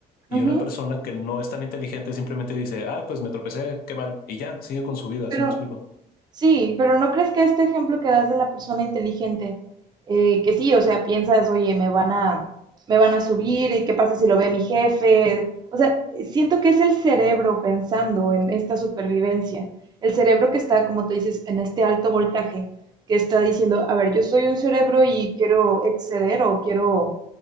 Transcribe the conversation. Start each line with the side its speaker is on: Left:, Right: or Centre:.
Left: Y
Right: Ujú.
Left: una persona que no es tan inteligente simplemente dice, ay, pues me tropecé, qué mal, y ya, sigue con su vida,
Right: Pero
Left: ¿sí me explico?
Right: Sí, pero ¿no crees que este ejemplo que das de la persona inteligente, eh, que sí, o sea, piensas, oye, me van a, me van a subir, ¿y qué pasa si lo ve mi jefe? O sea, siento que es el cerebro pensando en esta supervivencia, el cerebro que está, como te dices, en este alto voltaje, que está diciendo, a ver, yo soy un cerebro y quiero exceder o quiero,